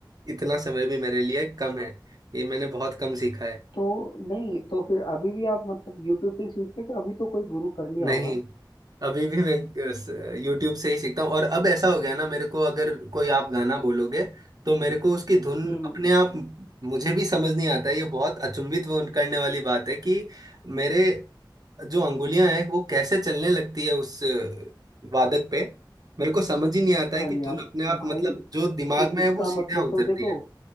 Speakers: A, on the right; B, on the left.
A: इतना समय भी मेरे लिए कम है ये मैंने बहुत कम सीखा है
B: तो नहीं तो फिर अभी भी आप मतलब यूट्यूब से सीखते हो कि अभी तो कोई गुरु कर लिया
A: नहीं
B: होगा
A: अभी भी मैं यूट्यूब से ही सीखता हूँ और अब ऐसा हो गया ना मेरे को अगर कोई आप गाना बोलोगे तो मेरे को उसकी धुन
B: हम्म
A: अपने आप मुझे भी समझ नहीं आता है ये बहुत अचंभित वो करने वाली बात है कि मेरे जो अंगुलियां हैं वो कैसे चलने लगती है उस अ, वादक पे मेरे को समझ ही नहीं आता है
B: अरे
A: कि धुन
B: यार
A: अपने आप
B: भाई
A: मतलब जो दिमाग
B: फिर
A: में
B: इसका
A: है वो सीधा
B: मतलब
A: उतरती
B: तो देखो
A: है